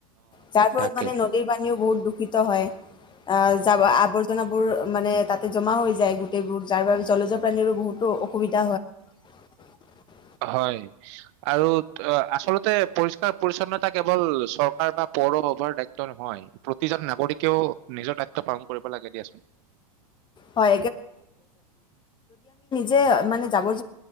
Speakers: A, on the left; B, on the right.
A: তাৰ ফলত
B: তাকে
A: মানে নদীৰ পানীও বহুত দুখ দূষিত হয় আহ য আৱৰ্জনাবোৰ মানে তাতে জমা হৈ যায় গোটেইবোৰ যাৰ বাবে জলজোৱা প্ৰাণীৰো বহুতো অসুবিধা হয়
B: হয় আৰু আচলতে পৰিষ্কাৰ পৰিচ্ছন্নতা কেৱল চৰকাৰ বা পৌৰসভাৰ দায়িত্ব নহয় প্ৰতিজন নাগৰিকেও নিজৰ দায়িত্ব পালন কৰিব লাগে দিয়াচোন
A: হয় যে মানে জাৱৰ